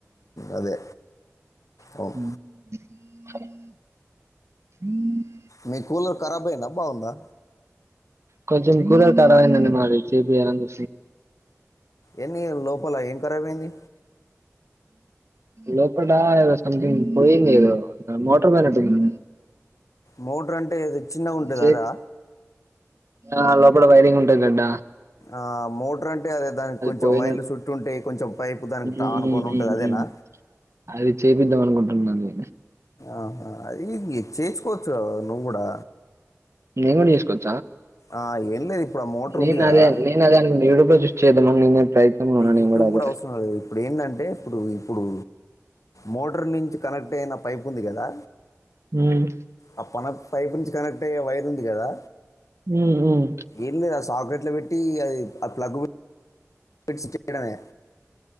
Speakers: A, on the left; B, on the right.
A: అదే
B: అ
A: అవును
B: హ
A: మీ కూలర్ ఖరాబ్ అయిందా బాగుందా
B: కొంచెం కులార్ ఖరాబ్ అయ్యిందండి. మాది చెప్పియాలి
A: ఎన్ని లోపల ఏం ఖరాబ్ అయ్యింది.
B: లోపట ఏదో సంతింగ్ పోయింది. ఏదో మోటర్ పోయినట్టుంది.
A: మోటర్ అంటే ఏది చిన్నగా ఉంటది.
B: చే
A: అదా
B: ఆ లోపల వైరింగ్ ఉంటాదడ
A: ఆ మోటర్ అం అంటే అది దానికి కొంచెం
B: పోయినట్టు
A: వైర్లు చుట్టు ఉంటాయి కొంచెం పైపు దానికి
B: ఉమ్,
A: టానుకొని ఉంటాది
B: ఉమ్,
A: అదేనా
B: ఉమ్. అది చేపిద్దాం అనుకుంటున్నా అది
A: ఆహా ఇగి చేయిచుకోవచ్చు నువ్వు కూడా
B: నేన్ కూడా తీస్కోచ్
A: ఆ ఏం లేదు ఇప్పుడు ఆ మోటర్
B: నేను
A: ఉంది కదా
B: అదే నేను అదే <unintelligible> ఉన్నా నేను
A: యూట్యూబ్
B: అదే
A: కూడా వస్తున్నారు ఇప్పుడు ఏంటంటే ఇప్పుడు ఇప్పుడు మోటర్ నుంచి కనెక్ట్ అయిన పైప్ ఉంది కదా
B: ఉమ్,
A: ఆ పానద్ పైప్ నుంచి కనెక్ట్ అయ్యే వైర్ ఉంది కదా
B: ఉమ్, ఉమ్.
A: ఏంది రా శాక్లేట్లో పెట్ టీ అది ఆ ప్లగు పేట్ ఫిష్డ్స్ చేయడమే